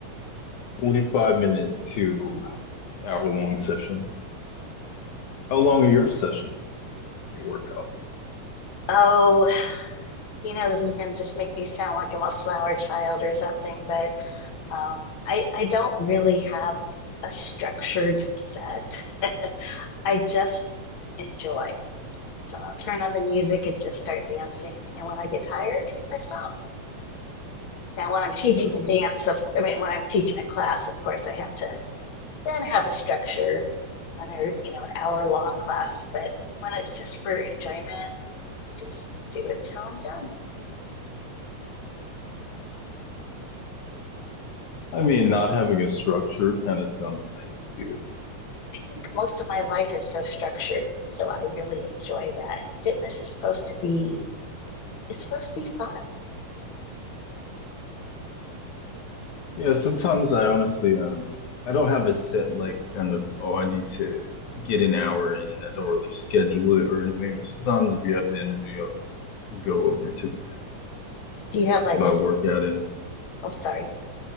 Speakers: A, on the left (about 70°); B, on the left (about 45°).
A: 45 minute to hour long sessions. How long are your sessions? You work out?
B: Oh, you know, this is going to just make me sound like I'm a flower child or something, but Um, I, I don't really have a structured set. <laughs> I just enjoy. So I'll turn on the music and just start dancing. And when I get tired, I stop. Now, when I'm teaching
A: You know, some,
B: a dance, of, I mean, when I'm teaching a class, of course, I have to then have a structure and they're, you know, an hour long class. But when it's just for enjoyment, just do it until I'm done. I
A: I mean, not having a structure kind of sounds nice too.
B: think most of my life is so structured. So I really enjoy that. And fitness is supposed to be It's supposed to be fun.
A: Yeah, sometimes I honestly, um, I don't have a set like kind of, oh, I need to get an hour in. I don't really schedule it or anything. But sometimes if you have the energy, I'll just go over to the gym,
B: Do you have like
A: get my
B: a?
A: workout in.
B: oh, sorry.